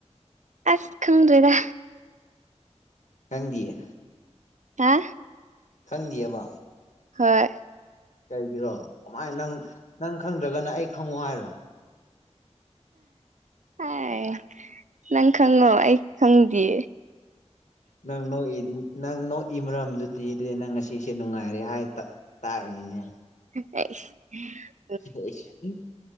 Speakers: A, on the right; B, on the left.
A: ꯑꯁ ꯈꯪꯗ꯭ꯔꯦꯗ
B: ꯈꯪꯗꯤꯌꯦ
A: ꯍꯥ
B: ꯈꯪꯗꯦꯑꯕ
A: ꯍꯣꯏ
B: ꯀꯩꯒꯤꯔꯣ ꯀꯃꯥꯏꯅ ꯅꯪ ꯅꯪ ꯈꯪꯗ꯭ꯔꯒꯅ ꯑꯩ ꯈꯪꯉꯣ ꯍꯥꯏꯔꯣ
A: ꯑꯥꯏ ꯅꯪ ꯈꯪꯉꯣ ꯑꯩ ꯈꯪꯗꯤ
B: ꯅꯪ ꯅꯣꯛꯏ ꯅꯪ ꯅꯣꯛꯏ ꯃꯔꯝꯗꯨꯗꯤ ꯑꯗꯨꯗꯤ ꯅꯪ ꯉꯁꯤꯁꯦ ꯅꯨꯡꯉꯥꯏꯔꯦ ꯍꯥꯏ ꯇꯥꯛ ꯇꯥꯛꯏꯅꯤꯅꯦ
A: <unintelligible>
B: <unintelligible>